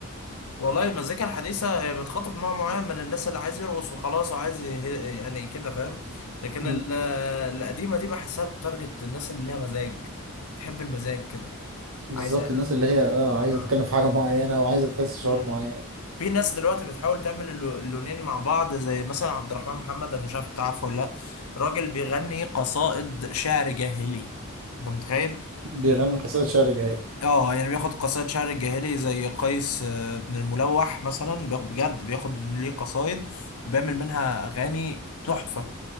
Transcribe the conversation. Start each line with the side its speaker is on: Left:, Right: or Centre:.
Left: والله المزيكا الحديثة هي بتخاطب نوع معين من الناس اللي عايز يرقص وخلاص وعايز يه- يعني كده فاهم لكن
Right: مم.
Left: ال- القديمة دي بحسها بتارجت الناس اللي ليها مزاج تحب المزاج كده
Right: بالظبط
Left: عايزة
Right: الناس اللي هي اه عايزه
Left: آه.
Right: تتكلم في حاجه معينه او عايزه تحس شعور
Left: م-
Right: معين
Left: م. في ناس دلوقتي بتحاول تعمل اللو- اللونين مع بعض زي مثلا عبد الرحمن محمد انا مش عارف انت عارفه ولا لا راجل بيغني قصائد شعر جاهلي انت متخيل
Right: بيغني قصائد شعر جاهلي
Left: اه يعني بياخد قصائد شعر الجاهلي زي قيس آه، بن الملوح مثلا بياخ- بجد بياخد ليه قصايد وبيعمل منها اغاني تحفة